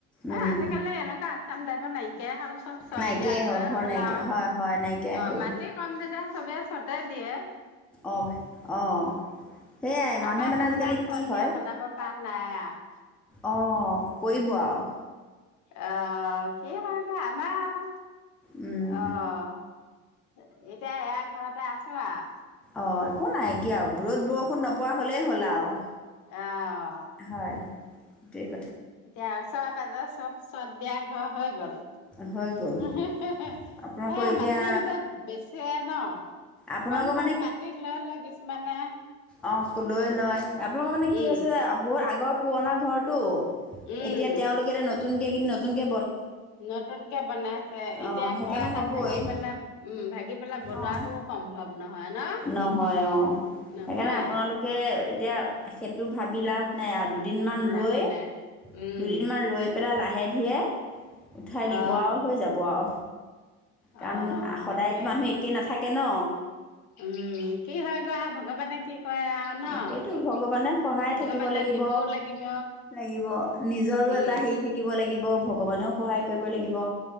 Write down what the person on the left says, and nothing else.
এই আজিকালি এনেকুৱা আচাম টাইপৰ নাইকিয়াই হ'ল চব চদ
দিয়া হৈয়ে
হ'ল
আৰু।
অ',
মাটি কম যেতিয়া চবে চতে দি, কে,
আমাৰ
যেনিবা
চৰ্ট
দিয়া বনাব পৰা নাই আঃ
আহ', কি ভ, এ, আমাৰ আৰু,
অহ, ' এতিয়া এয়া ঘৰতে আছো আৰু,
এঅহ, '
এতিয়া আৰু ওচৰ-পাজৰ চব, চদ দিয়া ঘৰ হৈ গ'ল। হম,
হে -হে
হেই
মাটিৰ যে বেচে ন?
কম -কম মাটিত লৈ লয় কিছুমান, এ,
উম
উম
নতুনকে বনাইছে এতিয়া
ঘৰ এটা
ভাগি পেলাই উম ভাগি পেলাই বনোৱাটোও
সম্ভৱ নহয় ন
নহয়
লাভ
নাই উম
অ
অ
তাকে
উম কি হয় বা ভগৱানে কি কৰে আও ন
ভগৱানে
দিবও লাগিব
উম